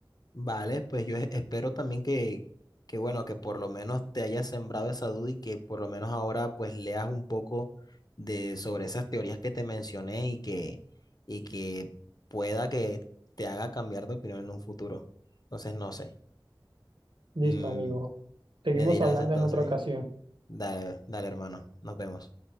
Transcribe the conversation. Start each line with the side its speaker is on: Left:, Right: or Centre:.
Left: vale, pues yo e- espero también que, que bueno, que por lo menos te hayas sembrado esa duda y que por lo menos ahora pues leas un poco de sobre esas teorías que te mencioné y que, y que pueda que te haga cambiar de opinión en un futuro. Entonces, no sé.
Right: Listo,
Left: Mm,
Right: amigo. Seguimos
Left: me dirás
Right: hablando
Left: entonces,
Right: en otra ocasión.
Left: dale, dale hermano, nos vemos.